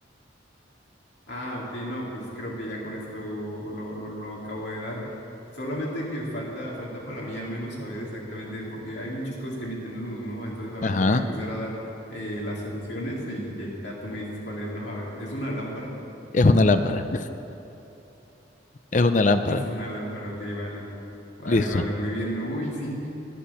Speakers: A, on the left; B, on the left.
A: Ah, ok, no, pues creo que ya con esto lo, lo, lo acabo de dar. Solamente que falta, falta para mí al menos saber exactamente, porque hay muchas cosas que emiten luz, ¿no? Entonces, a
B: ajá,
A: ver, te voy a empezar a dar eh, las soluciones y ya, ya tú me dices cuál es, ¿no? A ver, ¿es una lámpara? <laughs>
B: es una lámpara, es una lámpara,
A: Es una lámpara, ok, vale. Vale,
B: listo.
A: vale, muy bien. Uy, sí.